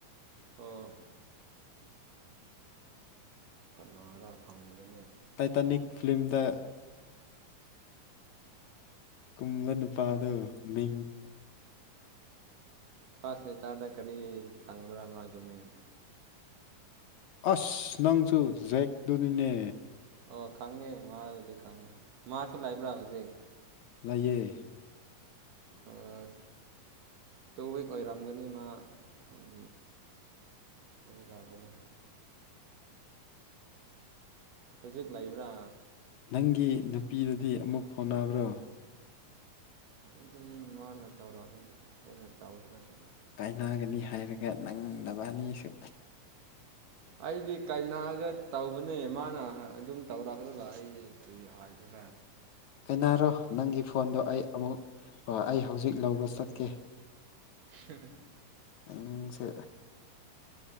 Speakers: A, on the right; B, on the left.
A: ꯑꯣ ꯀꯅꯥꯔꯥ ꯈꯪꯗ‌ꯦꯅ‌ꯦ
B: ꯇꯥꯏꯇꯥꯅꯤꯛ ꯐꯤꯂꯝꯗ ꯀꯨꯝꯕ ꯅꯨ ꯄꯥꯥꯗꯣ ꯃꯤꯡ
A: ꯐꯔꯁ ꯂꯦꯇꯔꯗ ꯀꯔꯤ ꯆꯪꯕ꯭ꯔꯥ ꯃꯥꯒꯤ ꯃꯤꯡ
B: ꯑꯁ ꯅꯪꯁꯨ ꯖꯦꯛꯗꯨꯅꯤꯅꯦ
A: ꯑꯣ ꯈꯪꯉꯦ ꯃꯥꯗꯤ ꯈꯪꯉꯦ ꯃꯥꯁꯨ ꯂꯩꯕ꯭ꯔꯥ ꯍꯧꯖꯤꯛ
B: ꯂꯩꯌꯦ
A: ꯐꯁ ꯇꯨ ꯋꯤꯛ ꯑꯣꯏꯔꯝꯒꯅꯤ ꯃꯥ ꯑꯝ ꯑꯩ ꯂꯥꯛꯄꯗ ꯍꯧꯖꯤꯛ ꯂꯩꯕ꯭ꯔꯥ
B: ꯅꯪꯒꯤ ꯅꯨꯄꯤꯗꯨꯗꯤ ꯑꯃꯨꯛ ꯐꯥꯎꯅꯕ꯭ꯔꯣ
A: ꯑꯗꯨꯝ ꯃꯥꯅ ꯇꯧꯔꯛꯑꯦꯗ ꯑꯩꯅ ꯇꯧꯗ꯭ꯔꯁꯨ
B: ꯀꯥꯏꯅꯒꯅꯤ ꯍꯥꯏꯔꯒ ꯅꯪ ꯅꯕꯅꯤꯁꯨ
A: ꯑꯩꯗꯤ ꯀꯩꯅꯥꯒ ꯇꯧꯕꯅꯦ ꯃꯥꯅ ꯑꯗꯨꯝ ꯇꯧꯔꯛꯂꯒ ꯑꯩ ꯑꯩ ꯀꯔꯤ ꯍꯥꯏꯖꯤꯔꯥ
B: ꯀꯅꯥꯔ ꯅꯪꯒꯤ ꯐꯣꯟꯗꯣ ꯑꯩ ꯑꯃꯨꯛ ꯑꯩ ꯍꯧꯖꯤꯛ ꯂꯧꯕ ꯆꯠꯀꯦ
A: ꯍꯍ
B: ꯅꯪ ꯁꯦ